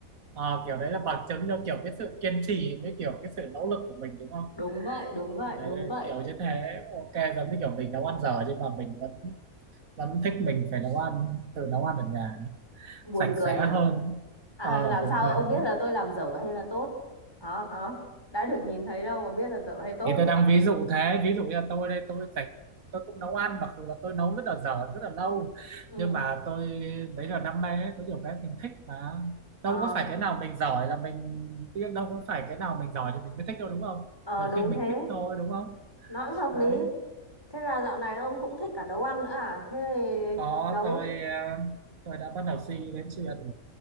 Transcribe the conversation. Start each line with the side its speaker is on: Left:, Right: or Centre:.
Right: Ờ, kiểu đấy là bằng chứng cho kiểu cái sự kiên trì với kiểu cái sự nỗ lực của mình đúng không?
Left: đúng vậy đúng vậy
Right: Đấy,
Left: đúng vậy
Right: kiểu như thế, ok giống như kiểu mình nấu ăn dở nhưng mà mình vẫn vẫn thích mình phải nấu ăn tự nấu ăn ở nhà
Left: buồn
Right: sạch
Left: cười
Right: sẽ
Left: à,
Right: hơn.
Left: à
Right: Ờ,
Left: làm
Right: buồn
Left: sao
Right: cười
Left: ông
Right: thật
Left: biết
Right: đấy.
Left: là tôi làm dở hay là tốt hả hả đã được nhìn thấy đâu mà biết là dở hay tốt
Right: Thì tôi đang ví dụ thế, ví dụ như là tôi đây tôi sạch tôi cũng nấu ăn mặc dù là tôi nấu rất là dở rất là lâu
Left: ừ
Right: nhưng mà tôi đấy là đam mê ấy, có nhiều cái mình thích mà
Left: ờ
Right: đâu có phải cái nào mình giỏi là mình đâu có phải cái nào mình giỏi thì mình mới thích đâu đúng không
Left: ờ
Right: nhiều
Left: đúng
Right: khi mình
Left: thế
Right: thích thôi đúng không
Left: nói cũng hợp
Right: đấy
Left: lý Thế là dạo này ông cũng thích cả nấu ăn nữa à? Thế thì
Right: có
Left: nấu...
Right: tôi ờ, tôi đã bắt đầu suy nghĩ đến chuyện